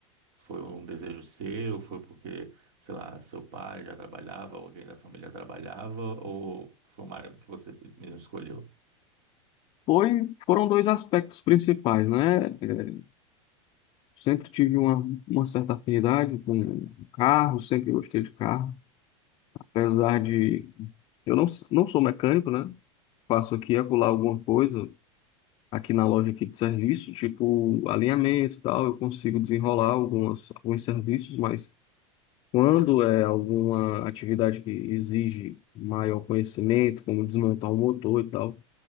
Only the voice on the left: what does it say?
Foi, foram dois aspectos principais, né? É, sempre tive uma, uma certa afinidade com carro, sempre gostei de carro, apesar de eu não, s- não sou mecânico, né? Faço aqui e acolá alguma coisa aqui na loja aqui de serviço, tipo alinhamento e tal, eu consigo desenrolar algumas, alguns serviços, mas quando é alguma atividade que exige maior conhecimento, como desmontar um motor e tal,